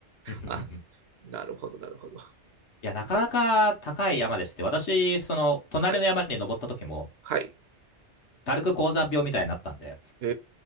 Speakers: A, on the left; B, on the right.
A: <laughs>
B: あ、なるほど、なるほど。
A: いや、なかなか高い山でして、私、その隣の山に登った時も、
B: はい。はい。
A: 軽く高山病みたいになったんで、い
B: え